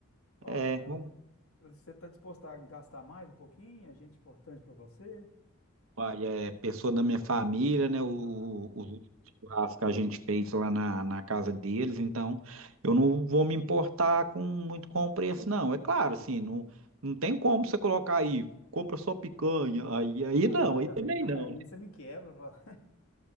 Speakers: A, on the left (about 80°); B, on the right (about 70°).
A: Ó,
B: É,
A: cara,
B: Vamos.
A: você tá disposto a gastar mais um pouquinho? A gente importante pra você?
B: Olha, é pessoa da minha família, né? O,
A: Ah, tá.
B: os últimos churrascos que a gente fez lá na, na casa deles, então eu não vou me importar com muito com o preço, não. É claro, assim, não, não tem como você colocar aí, compra só picanha, aí, aí
A: Ah,
B: não,
A: não, e
B: aí
A: também
B: também
A: daí
B: não, né?
A: <laughs> você me quebra. fala.